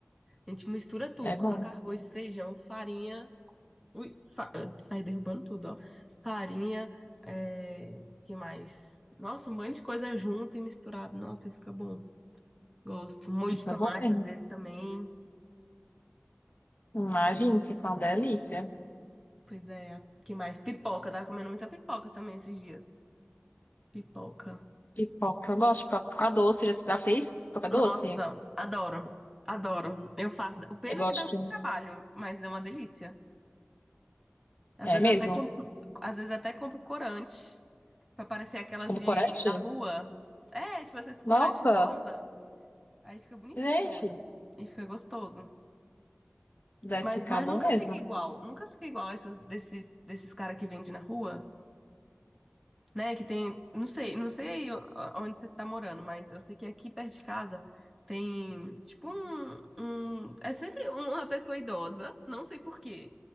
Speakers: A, in the centre; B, on the left.
A: A gente mistura tudo,
B: É bom,
A: coloca arroz, feijão, farinha. Ui, fa... eu saí derrubando tudo, ó. Farinha, é... que mais? Nossa, um monte de coisa junto e misturado. Nossa, e fica bom. Gosto. Molho
B: fica
A: de tomate
B: bom mesmo.
A: às vezes também.
B: Imagina, fica uma delícia.
A: Pois é, que mais? Pipoca, eu tava comendo muita pipoca também esses dias. Pipoca.
B: Pipoca. Eu gosto de pipoca pipoca doce. Já- Você já fez pipoca
A: Nossa,
B: doce?
A: adoro, adoro. Eu faço. O pena
B: Eu gosto.
A: é que dá muito trabalho, mas é uma delícia. Às
B: É
A: vezes
B: mesmo?
A: até compro, às vezes até compro corante pra parecer aquelas
B: Com
A: de
B: corante?
A: da rua. É, tipo esse corante
B: Nossa,
A: rosa, aí fica bonitinha
B: gente,
A: e fica gostoso.
B: deve
A: Mas
B: ficar
A: mas
B: bom
A: nunca
B: mesmo.
A: fica igual, nunca fica igual essas desses desses cara que vende na rua. né? Que tem, não sei, não sei o- onde você tá morando, mas eu sei que aqui perto de casa tem tipo um, um- é sempre uma pessoa idosa, não sei por quê,